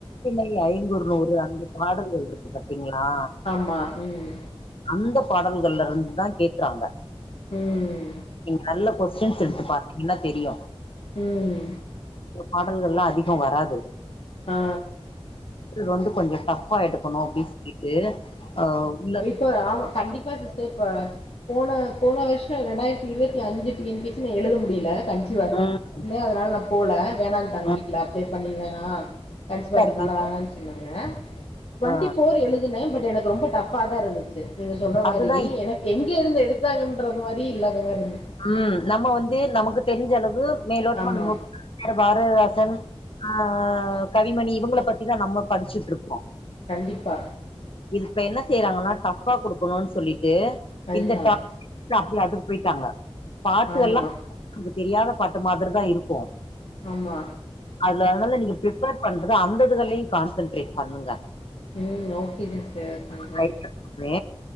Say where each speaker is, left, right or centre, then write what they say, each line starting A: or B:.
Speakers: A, on the left; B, on the left.
A: சின்மை ஐங்குறு நூறு அந்த பாடல் எழுதுறக்கு பாத்தீங்களா
B: ஆமா ம்
A: அந்த பாடல்கல்லருந்தா கேக்குறாங்க
B: ம்
A: நீங்க நல்ல கோஸ் ஸ்ரென்ஸ் எடுத்து பாத்தீங்கன்னா தெரியு
B: ம்
A: பாடல்கல்லா அதி
B: ஆ
A: இது வந்து கொஞ்சோ டஃபா எடுக்கணு அப்டின் சொல்லிட்டு அ உள்ள
B: ப்ப ஆமா கண்டிப்பா சிஸ்டர் இப்ப போன போன வர்ஷோ ரெண்டாயர்த்தி இருவத்தி அஞ்சு T N P S C நா எழுத முடியல கன்சிவா இருந்தே
A: ம்
B: அதுனால நா போல வேணான்ட்டாங்க
A: ம்
B: வீட்ல அப்ளே பண்ணி வேணா கன்சிவா இருக்கனால
A: இருக்கீங்க
B: வேணான் சொன்னாங்க டுவெண்டி
A: ஆ
B: ஃபோர் எழுதுனே பட் எனக்கு ரொம்ப டஃப்பா தா இருந்துச் சு நீங்க சொல்ற மாரி
A: அதுதா
B: எனக்கு எங்க இருந்து எடுத்தாங்கன்றது மாரி இல்லாத மார்ருந்துச்
A: ம் நம்ம வந்து நமக்கு தெரிஞ்சளவு மேலோட்டமா
B: ஆமா
A: நம்ம <unintelligible> பாரதிதாசன் ஆ கவிமணி இவங்கள பத்திதா நம்ம படுச்சுட் இருக்கோ
B: கண்டிப்பா
A: இப்ப என்ன செய்றாங்கன்னா டஃபா குடுக்கணுன் சொல்லிட்டு
B: அதுதான்
A: இந்த டா இல்ல அப்டி அதுக்கு பொயிட்டாங்க பாட்டுகல்லா
B: ஆமா
A: தெரியாத பாட்டு மாதிரி த இருக்கு
B: ஆமா
A: அதுல அதனால நீங்க பிரிப்பேர் பண்றது அந்ததுகளையு கான்சன்ட்ரேட் பண்ணுங்க
B: ம் ஓகே சிஸ்டர் பண்றேன்
A: <inaudible>